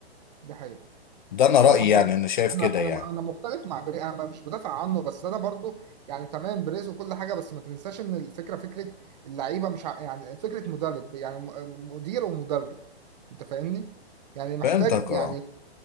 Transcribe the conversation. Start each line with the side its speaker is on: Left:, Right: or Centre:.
Right: ده حقيقي
Left: ده انا
Right: صراحة
Left: رأيي
Right: برضه
Left: يعني انا شايف
Right: أنا
Left: كده
Right: أنا
Left: يعني
Right: أنا مختلف مع بري أنا مش بدافع عنه بس أنا برضه يعني تمام بريز وكل حاجة بس ما تنساش إن الفكرة فكرة اللعيبة مش ع- يعني فكرة مدرب يعني م- مدير ومدرب أنت فاهمني؟ يعني محتاج
Left: فهمتك
Right: يعني
Left: اه